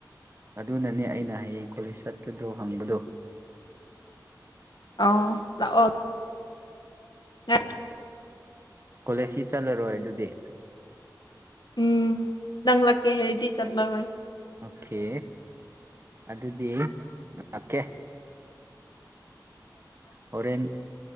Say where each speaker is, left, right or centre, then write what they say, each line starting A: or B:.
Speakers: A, on the right (about 35°); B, on the left (about 80°).
A: ꯑꯗꯨꯅꯅꯦ ꯑꯩꯅ ꯍꯌꯦꯡ ꯀꯣꯂꯦꯖ ꯆꯠꯄꯗꯣ ꯍꯪꯕꯗꯣ
B: ꯑꯥꯎ ꯂꯥꯛꯑꯣ <unintelligible>
A: ꯀꯣꯂꯦꯖꯁꯤ ꯆꯠꯂꯔꯣꯏ ꯑꯗꯨꯗꯤ
B: ꯎꯝ ꯅꯪ ꯂꯛꯀꯦ ꯍꯥꯏꯔꯗꯤ ꯆꯠꯂꯔꯣꯏ꯫
A: ꯑꯣꯀꯦ ꯑꯗꯨꯗꯤ ꯂꯥꯛꯀꯦ꯫ ꯍꯣꯔꯦꯟ